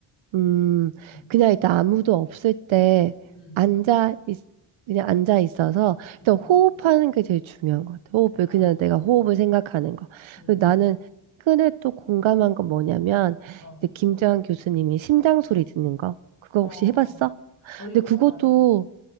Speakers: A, on the right; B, on the left.
A: 음,
B: 응,
A: 그냥 일단 아무도 없을 때
B: 응,
A: 앉아, 있, 그냥 앉아 있어서
B: 응.
A: 일단 호흡하는 게 제일 중요한 것 같아. 호흡을,
B: 아,
A: 그냥
B: 그,
A: 내가 호흡을 생각하는 거.
B: 응,
A: 그리고
B: 응.
A: 나는 최근에 또 공감한 건 뭐냐면,
B: 어,
A: 이제 김재환 교수님이 심장 소리 듣는 거. 그거
B: 어.
A: 혹시 해봤어?
B: 아니,
A: 근데
B: 그건
A: 그것도
B: 안 해봤어.